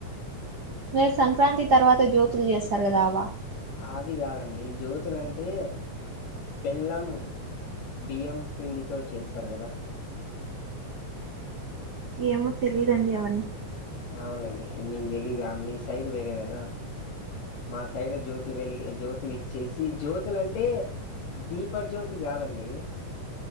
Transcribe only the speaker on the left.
అవి కాదండి జ్యోతులంటే బెల్లం బియ్యం పీండితో చేశారు కదా
అవునండి మీకు తెలీదు మీ సైడ్ వేరే కదా మా సైడ్ జ్యోతులు వెలిగే జ్యోతులు ఇచ్చేసి జ్యోతులంటే దీపజ్యోతి కాదండి